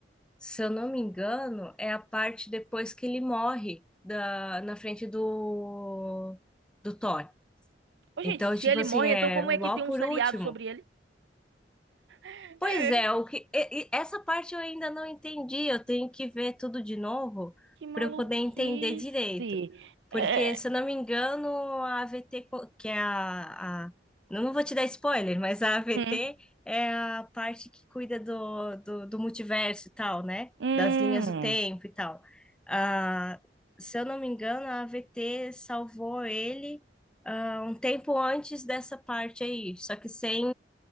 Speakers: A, in the centre; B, on the right.
A: se eu não me engano, é a parte depois que ele morre da, na frente do, do Thor.
B: Ô, gente,
A: Então,
B: se
A: tipo
B: ele
A: assim,
B: morre,
A: é
B: então como
A: o
B: é
A: Ló
B: que tem
A: por
B: um seriado
A: último.
B: sobre ele? <laughs>
A: Pois
B: É.
A: é, o que, e- e essa parte eu ainda não entendi. Eu tenho que ver tudo de novo
B: Que maluquice.
A: para eu poder entender direito.
B: É,
A: Porque, se eu não me engano, a AVT, co- que é a, a- eu Não vou te dar spoiler, mas a AVT
B: Hum,
A: é a parte que cuida do, do, do multiverso e tal, né?
B: hum,
A: Das linhas do tempo e tal. Ah, se eu não me engano, a AVT salvou ele, ah, um tempo antes dessa parte aí. Só que sem